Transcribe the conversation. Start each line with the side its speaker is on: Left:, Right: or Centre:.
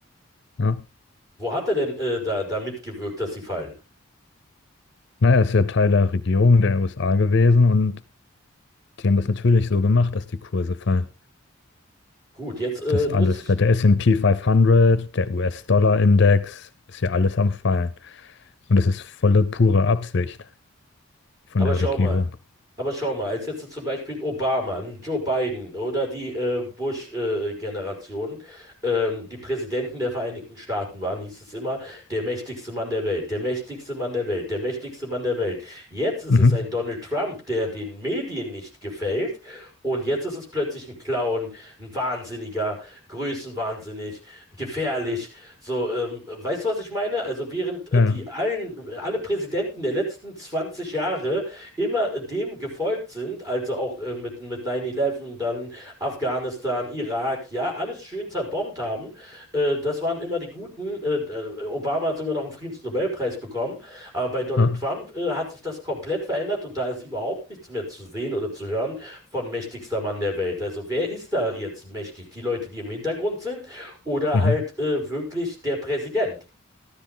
Left: Ja,
Right: Wo hat er denn äh, da, da mitgewirkt, dass sie fallen?
Left: Naja, ist ja Teil der Regierung der USA gewesen und die haben das natürlich so gemacht, dass die Kurse fallen.
Right: Gut, jetzt äh,
Left: Das
Right: muss
Left: alles
Right: ich,
Left: fällt. Der S&P fünfhundert, der US-Dollar-Index, ist ja alles am Fallen. Und das ist volle pure Absicht von
Right: aber
Left: der
Right: schau
Left: Regierung.
Right: mal. Aber schau mal, als jetzt zum Beispiel ein Obama, ein Joe Biden oder die äh, Bush-Generation, ähm, die Präsidenten der Vereinigten Staaten waren, hieß es immer, der mächtigste Mann der Welt, der mächtigste Mann der Welt, der mächtigste Mann der Welt. Jetzt ist
Left: Mhm.
Right: es ein Donald Trump, der den Medien nicht gefällt Und jetzt ist es plötzlich ein Clown, ein Wahnsinniger, größenwahnsinnig, gefährlich. So, ähm, weißt du, was ich meine? Also während äh,
Left: Ja,
Right: die
Left: ja.
Right: allen, alle Präsidenten der letzten 20 Jahre immer äh, dem gefolgt sind, also auch äh, mit, mit 9-11, dann Afghanistan, Irak, ja, alles schön zerbombt haben, äh, das waren immer die Guten. Äh, äh, Obama hat sogar noch einen Friedensnobelpreis bekommen. Aber bei Donald
Left: Ja.
Right: Trump äh, hat sich das komplett verändert und da ist überhaupt nichts mehr zu sehen oder zu hören von mächtigster Mann der Welt. Also wer ist da jetzt mächtig? Die Leute, die im Hintergrund sind oder
Left: Mhm.
Right: halt äh, wirklich der Präsident?